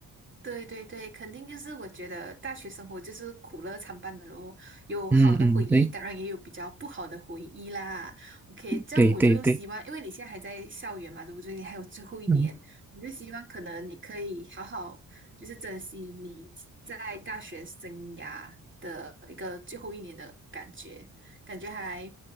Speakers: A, on the right (about 30°); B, in the centre.
A: 对对对，肯定就是我觉得大学生活就是苦乐参半的咯，有好的回忆，
B: 嗯嗯，对
A: 当然也有比较不好的回忆啦。OK，这样我就希望，
B: 对对对，
A: 因为你现在还在校园嘛，对不对？你还有最后一年，
B: 嗯
A: 我就希望可能你可以好好就是珍惜你在大学生涯的一个最后一年的感觉，感觉还